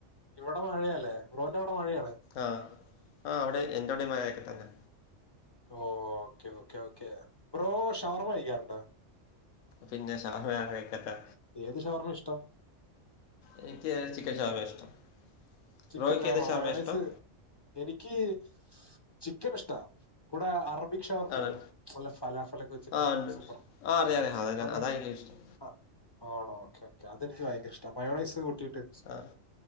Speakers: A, on the left (about 30°); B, on the left (about 80°).
A: ഇവിടെ മഴയല്ലേ ബ്രോന്റെ അവിടെ മഴയാണ്
B: ആഹ് ആ അവിടെ എൻ്റെ അവിടെ മഴയൊക്കെ തന്നെ
A: ഓ okay okay okay bro shawarma കഴിക്കാറുണ്ടോ
B: പിന്നെ ഷവർമ ആരാ കഴിക്കാത്തെ
A: ഏത് ഷവർമേ ഇഷ്ടം
B: എനിക്ക് ചിക്കൻ ഷവർമേ ഇഷ്ടം
A: ചിക്കൻ
B: ബ്രോയ്ക്ക്
A: ഷവർമ
B: ഏത് ഷവർമയാ
A: മയോണൈസ്
B: ഇഷ്ടം
A: എനിക്ക് ചിക്കൻ ഇഷ്ട വടെ അ <unintelligible> ഷവർമ്മയില്ലേ
B: ആണ്
A: നല്ല ഫലാഫിലൊക്കെ വെച്ചിട്ട്
B: ആഹ് ഉണ്ട്
A: സൂപ്പർ
B: ആഹ് അറിയാം അറിയാം അതന്നെ
A: അത്
B: അതാ
A: എനിക്ക്
B: എനിക്കും ഇഷ്ടം
A: ആ ആണോ ഓക്കേ ഓക്കെ അതെനിക്ക് ഭയങ്കര ഇഷ്ട മയോണൈസ് കുട്ടീയിട്ട്
B: ആഹ്